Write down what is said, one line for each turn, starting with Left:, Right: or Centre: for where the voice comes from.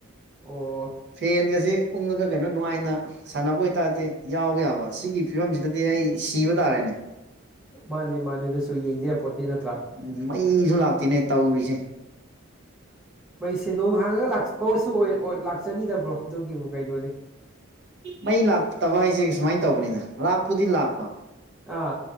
Centre: ꯑꯣ
Right: ꯐꯦꯟꯒꯁꯤ ꯎꯪꯉꯒ ꯀꯩꯅꯣ ꯅꯨꯡꯉꯥꯏꯅ ꯁꯥꯟꯅꯕ ꯑꯣꯏꯇꯥꯔꯗꯤ ꯌꯥꯎꯕ ꯌꯥꯕ ꯁꯤꯒꯤ ꯐꯤꯕꯝꯁꯤꯗꯗꯤ ꯑꯩ ꯁꯤꯕ ꯇꯥꯔꯦꯅꯦ
Centre: ꯃꯥꯅꯦ ꯃꯥꯅꯦ ꯑꯗꯨꯁꯨ ꯌꯦꯡꯗ ꯌꯥꯄꯣꯟꯇꯦ ꯅꯠꯇ꯭ꯔꯥ
Right: ꯎꯝ ꯃꯩꯁꯨ ꯂꯥꯛꯇꯦꯅꯦ ꯇꯧꯔꯤꯁꯦ
Centre: ꯃꯩꯁꯦ ꯅꯣꯡ ꯍꯥꯡꯉꯒ ꯂꯥꯛꯄ ꯑꯣꯏꯁꯨ ꯑꯣꯏ ꯂꯥꯛꯆꯅꯤꯗ ꯕ꯭ꯔꯣ ꯑꯗꯨꯒꯤꯕꯨ ꯀꯩꯅꯣꯅꯦ
Right: ꯃꯩ ꯂꯥꯛꯇꯕ ꯍꯥꯏꯁꯦ ꯁꯨꯃꯥꯏꯅ ꯇꯧꯕꯅꯤꯗ ꯂꯥꯛꯄꯨꯗꯤ ꯂꯥꯛꯄ
Centre: ꯑꯥ